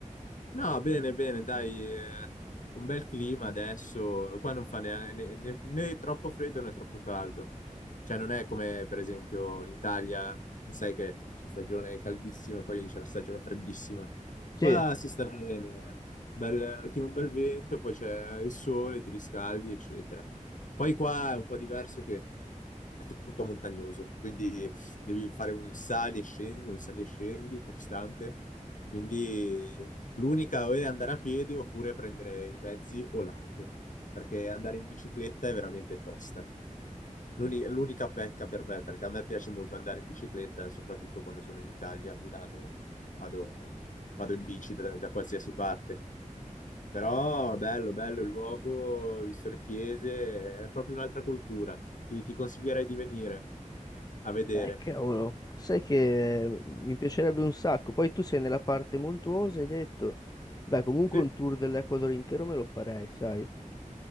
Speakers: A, on the left; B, on the left.
A: No, bene, bene, dai, eh, un bel clima adesso. Qua non fa neanche- né, né- né troppo freddo né troppo caldo. Cioè, non è come per esempio in Italia, sai che c'è stagione caldissima e poi c'è la stagione freddissima.
B: Sì,
A: Qua si sta bene, bel, tira un bel vento, poi c'è il sole, ti riscaldi, eccetera. Poi qua è un po' diverso che è tutto montagnoso, quindi devi fare un sali e scendi, un sali e scendi costante. Quindi L'unica o è andare a piedi oppure prendere i mezzi o l'auto, perché andare in bicicletta è veramente tosta. L'uni- L'unica pecca per me, perché a me piace molto andare in bicicletta, soprattutto quando sono in Italia, a Milano, vado, vado in bici da, da qualsiasi parte. Però bello, bello il luogo, visto le chiese, è proprio un'altra cultura. Ti, ti consiglierei di venire a vedere.
B: eh, cavolo, sai che mi piacerebbe un sacco. Poi tu sei nella parte montuosa, hai detto, beh, comunque
A: Sì.
B: un tour dell'Ecuador intero me lo farei, sai.